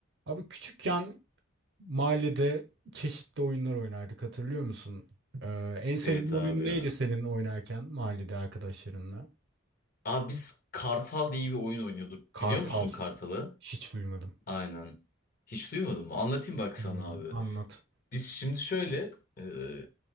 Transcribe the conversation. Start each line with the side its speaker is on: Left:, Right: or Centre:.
Right: Abi küçükken mahallede çeşitli oyunlar oynardık hatırlıyor musun? Ee, en sevdiğin
Left: Evet
Right: oyun
Left: abi ya.
Right: neydi senin oynarken mahallede arkadaşlarınla?
Left: Abi biz Kartal diye bir oyun oynuyorduk.
Right: Kartal.
Left: Biliyor musun Kartal'ı?
Right: Hiç duymadım.
Left: Aynen. Hiç duymadın mı? Anlatayım bak
Right: Hiç duymadım.
Left: sana abi.
Right: Anlat.
Left: Biz şimdi şöyle e,